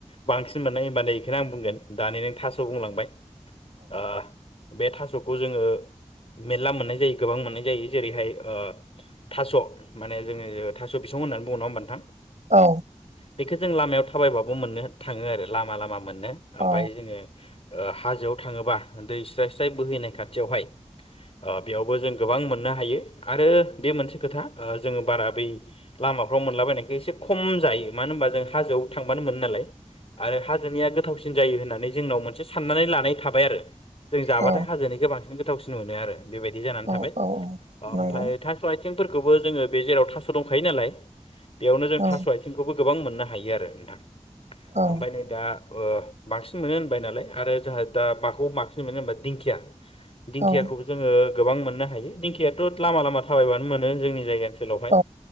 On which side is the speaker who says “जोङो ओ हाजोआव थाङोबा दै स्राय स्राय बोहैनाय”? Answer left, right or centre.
Left